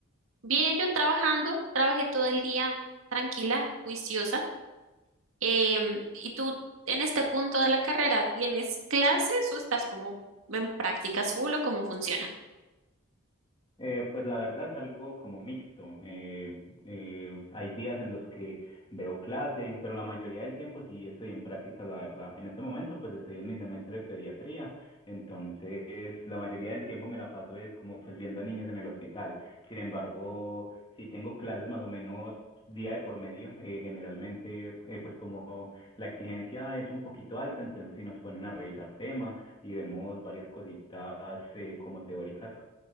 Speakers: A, on the right; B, on the left.
A: Bien, yo trabajando, trabajé todo el día tranquila, juiciosa. Em, ¿y tú en este punto de la carrera tienes clases o estás como en prácticas full o cómo funciona?
B: Eh, pues la verdad es algo como mixto. Eh, eh, hay días en los que veo clase, pero la mayoría del tiempo sí estoy en práctica, la verdad. En este momento pues estoy en mi semestre de pediatría, entonces la mayoría del tiempo me la paso es como pues viendo a niños en el hospital. Sin embargo, sí tengo clases más o menos día de por medio. Eh, generalmente eh, pues como la exigencia es un poquito alta, entonces sí nos ponen a revisar tema y vemos varias cositas eh, como teóricas.